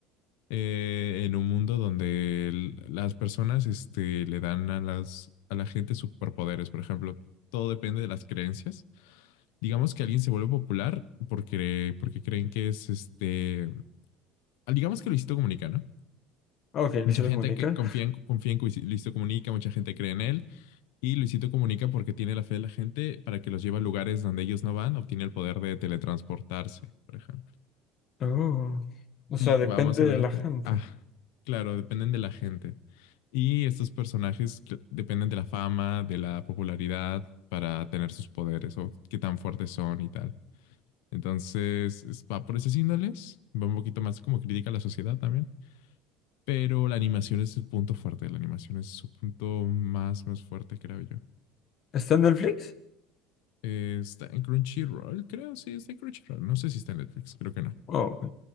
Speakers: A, on the left; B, on the left.
A: Eh, en un mundo donde el- las personas este, le dan a las a la gente superpoderes, por ejemplo, todo depende de las creencias. Digamos que alguien se vuelve popular porque, porque creen que es este, digamos que Luisito Comunica, ¿no?
B: Ah, Ok, Luisito
A: Mucha gente
B: Comunica.
A: que confía
B: <laughs>
A: en, confía en Luisito Comunica, mucha gente cree en él. Y Luisito Comunica, porque tiene la fe de la gente para que los lleve a lugares donde ellos no van, obtiene el poder de teletransportarse, por ejemplo.
B: Oh, o
A: Y
B: sea, depende
A: va más o menos
B: de la
A: por...
B: gente.
A: Ah, claro, dependen de la gente. Y estos personajes que dependen de la fama, de la popularidad para tener sus poderes o qué tan fuertes son y tal. Entonces, es- va por esas índoles. Va un poquito más como crítica a la sociedad también. Pero la animación es el punto fuerte, la animación es su punto más, más fuerte, creo yo.
B: ¿Está en Netflix?
A: Eh, Está en Crunchyroll, creo, sí, está en Crunchyroll. No sé si está en Netflix, creo que no.
B: Oh, ok.